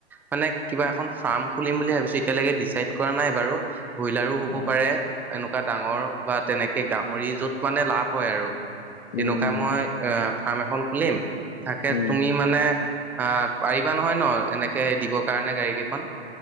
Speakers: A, in the centre; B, on the left.
A: মানে কিবা এখন ফাৰ্ম খুলিম বুলি ভাবিছো এতিয়ালৈকে ডিচাইড কৰা নাই বাৰু ব্ৰইলাৰো হ'ব
B: অ
A: পাৰে এনেকুৱা ডাঙৰ বা তেনেকে গাহৰি য'ত মানে লাভ হয় আৰু তেনেকুৱা
B: উম
A: মই এ ফাৰ্ম এখন খুলিম তাকে
B: উম
A: তুমি মানে আহ পাৰিবা নহয় ন এনেকে দিবৰ কাৰণে গাড়ী কেইখন